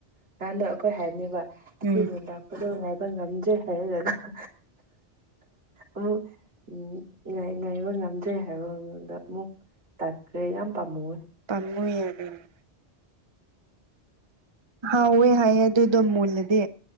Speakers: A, on the right; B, on the right.
A: ꯅꯍꯥꯟꯗꯣ ꯑꯩꯈꯣꯏ ꯍꯥꯏꯕꯅꯦꯕ ꯑꯁꯤ
B: ꯎꯝ
A: ꯅꯨꯡ ꯂꯥꯛꯄꯗꯣ ꯉꯥꯏꯕ ꯉꯝꯗ꯭ꯔꯦ ꯍꯥꯏꯔꯒꯀꯣ ꯑꯃꯨꯛ ꯎ ꯉꯥꯢ ꯉꯥꯏꯕ ꯉꯝꯗ꯭ꯔꯦ ꯍꯥꯏꯕ ꯃꯇꯝꯗ ꯑꯃꯨꯛ ꯇꯠꯈ꯭ꯔꯦ ꯌꯥꯝ ꯄꯥꯝꯃꯨ ꯌꯦ
B: ꯄꯥꯝꯃꯨꯌꯦ ꯑꯗꯨꯗꯤ ꯍꯥꯎꯑꯣꯋꯦ ꯍꯥꯏꯌꯦ ꯑꯗꯨꯗꯣ ꯃꯨꯜꯅꯗꯤ